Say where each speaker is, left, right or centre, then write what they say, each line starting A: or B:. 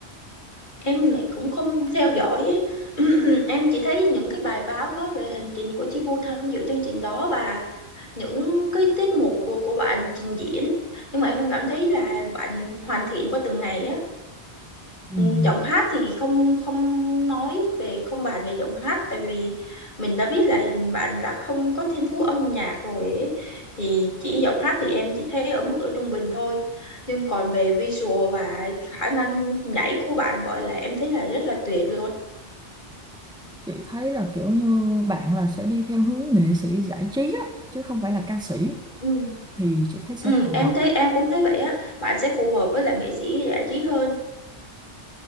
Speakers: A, on the left (about 45°); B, in the centre.
A: em lại cũng không theo dõi ấy. <clears throat> em chỉ thấy những cái bài báo nói về hành trình của Chi Vu tham dự chương trình đó và những cái tiết mục của của bạn trình diễn nhưng mà em cảm thấy là bạn hoàn thiện qua từng ngày á
B: Ừm,
A: Ừ, giọng hát thì không không nói về không bàn về giọng hát tại vì mình đã biết là bạn đã không có thiên phú âm nhạc rồi ấy. Thì chỉ giọng hát thì em chỉ thấy ở mức ở trung bình thôi nhưng còn về visual và khả năng nhảy của bạn gọi là em thấy là rất là tuyệt luôn
B: Chị thấy là kiểu như bạn là sẽ đi theo hướng nghệ sĩ giải trí á chứ không phải là ca sĩ
A: ừ.
B: thì chị thấy sẽ
A: Ừ,
B: phù
A: em
B: hợp
A: thấy em cũng thấy vậy á bạn sẽ phù hợp với là nghệ sĩ giải trí hơn